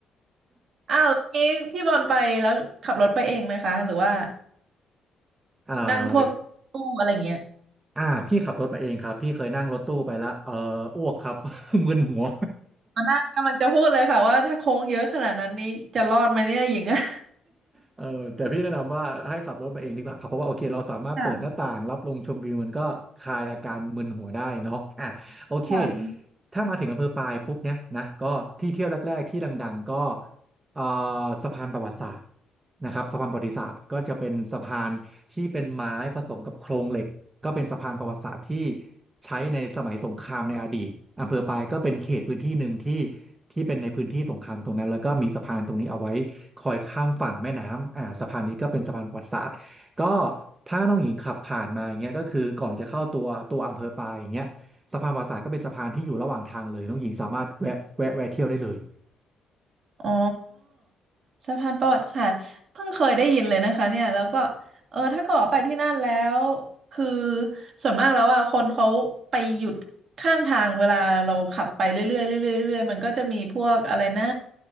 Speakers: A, on the right; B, on the right.
A: อ้าวแล้วนี้พี่บอลไปแล้วขับรถไปเองไหมคะหรือว่า
B: อ่า
A: นั่งพวกตู้อะไรอย่างเงี้ย
B: อ่าพี่ขับรถมาเองครับพี่เคยนั่งรถตู้ไปแล้วเอออ้วกครับ <laughs> มึนหัว
A: อ๋อน้ากกำลังจะพูดเลยค่ะว่าถ้าโค้งเยอะขนาดนั้นนี้จะรอดไหมเนี่ยหญิงอะ
B: เออแต่พี่แนะนำว่าให้ขับรถมาเองดีกว่าครับเพราะว่าโอเคเราสามารถเปิดหน้าต่างรับลมชมวิวมันก็คลายอาการมึนหัวได้เนาะอ่ะโอเค
A: ค่ะค่ะ
B: ถ้ามาถึงอำเภอปายปุ๊บเนี่ยนะก็ที่เที่ยวแรกๆที่ดังๆก็เอ่อสะพานประวัติศาสตร์นะครับสะพานประวัติศาสตร์ก็จะเป็นสะพานที่เป็นไม้ผสมกับโครงเหล็กก็เป็นสะพานประวัติศาสตร์ที่ใช้ในสมัยสงครามในอดีตอำเภอปายก็เป็นเขตพื้นที่หนึ่งที่ที่เป็นในพื้นที่สงครามตรงนั้นแล้วก็มีสะพานตรงนี้เอาไว้ คอยข้ามฝั่งแม่น้ำอ่าสะพานนี้ก็เป็นสะพานประวัติศาสตร์ก็ถ้าน้องหญิงขับผ่านมาอย่างเงี้ยก็คือก่อนจะเข้าตัวตัวอำเภอปายอย่างเงี้ยสะพานประวัติศาสตร์ก็เป็นสะพานที่อยู่ระหว่างทางเลยน้องหญิงสามารถแวะแวะแวะเที่ยวได้เลย
A: อ๋อสะพานประวัติศาสตร์เพิ่งเคยได้ยินเลยนะคะเนี่ยแล้วก็เออถ้าเกิดว่าไปที่นั่นแล้วคือส่วนมากแล้วอ่ะคนเขาไปหยุดข้างทางเวลาเราขับไปเรื่อยๆเรื่อยๆเรื่อยๆมันก็จะมีพวกอะไรนะ